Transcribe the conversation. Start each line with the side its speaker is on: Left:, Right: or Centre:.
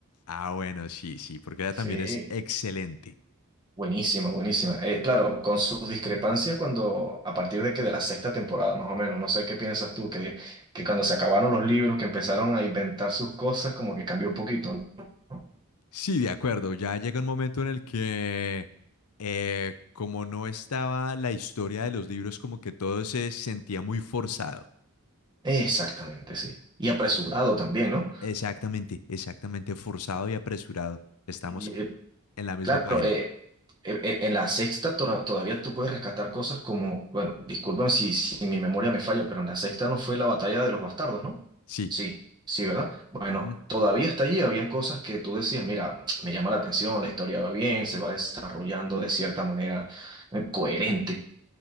Left: Ah, bueno, sí, sí, porque ella
Right: Sí,
Left: también es excelente.
Right: buenísima, buenísima. Eh, claro, con sus discrepancias cuando, a partir de que de la sexta temporada, más o menos, no sé qué piensas tú, que, que cuando se acabaron los libros, que empezaron a inventar sus cosas, como que cambió un poquito, ¿no?
Left: Sí, de acuerdo. Ya llega un momento en el que, eh, como no estaba la historia de los libros, como que todo se sentía muy forzado.
Right: Exactamente, sí. Y apresurado también, ¿no?
Left: Exactamente, exactamente forzado y apresurado. Estamos
Right: Y, eh,
Left: en la misma
Right: claro,
Left: página.
Right: eh, eh, eh, en la sexta tora- todavía tú puedes rescatar cosas como, bueno, disculpen si, si mi memoria me falla, pero en la sexta no fue la batalla de los bastardos, ¿no?
Left: Sí,
Right: Sí, sí, ¿verdad? Bueno,
Left: ujú,
Right: todavía hasta allí habían cosas que tú decías, mira, <tsk> me llama la atención, la historia va bien, se va desarrollando de cierta manera eh, coherente.